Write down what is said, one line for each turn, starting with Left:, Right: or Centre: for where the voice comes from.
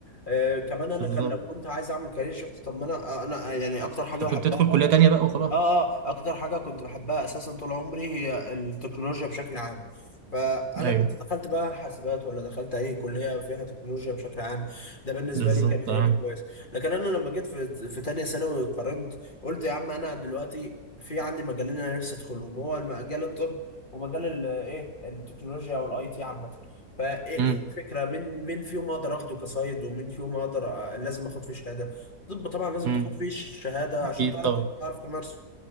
Left: آه كمان انا
Right: بالظبط
Left: كان لو كنت عايز اعمل كارير شيفت طب ما انا انا يعني اكتر حاجه
Right: انت
Left: بحبها
Right: كنت تدخل كليه تانيه بقى وخلاص
Left: اه اه اكتر حاجه كنت بحبها اساسا طول عمري هي التكنولوجيا بشكل عام فانا
Right: ايوه
Left: كنت دخلت بقى حاسبات ولا دخلت اي كليه فيها تكنولوجيا بشكل عام ده بالنسبه
Right: بالظبط
Left: لي كان هيبقى
Right: اه
Left: كويس لكن انا لما جيت في في تانية ثانوي قارنت قلت يا عم انا دلوقتي في عندي مجالين انا نفسي ادخلهم هو مجال الطب ومجال ال- ايه التكنولوجيا والاي تي عامه فايه إيه
Right: امم
Left: الفكره مين مين فيهم اقدر اخده كصيد ومين فيهم اقدر أ- لازم اخد فيه شهاده طب طبعا لازم
Right: أمم.
Left: تاخد فيه شهادة
Right: اكيد
Left: عشان تعرف
Right: طبعا
Left: تعرف تمارسه